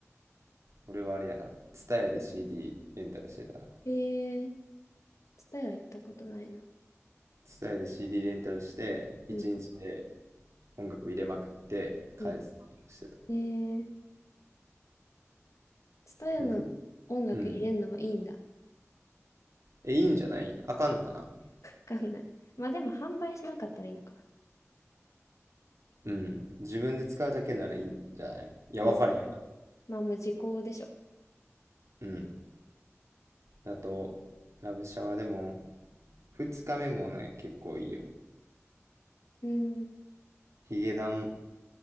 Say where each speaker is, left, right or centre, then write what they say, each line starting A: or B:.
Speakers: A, on the right; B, on the left.
A: 俺はあれやな。ツタヤで CD レンタルしてたな。
B: う。えー、ツタヤ行ったことないな。
A: ツタヤで CD レンタルして、
B: うん、
A: 一日で音楽入れまくって返すっていうのしてた。
B: うん。えー、ツタヤの音楽入れるのはいいんだ。
A: うん。ふうん。
B: わ
A: え、いいんじゃないあかんのかな
B: かんない。まあでも販売しなかったらいいのかな。
A: うん。自分で使うだけならいいんじゃないいや、
B: うん。
A: わかれへん。
B: まあもう時効でしょ。
A: うん。だと、ラブシャワーでも、二日目もね、結構いいよ。
B: うん、
A: ヒゲダン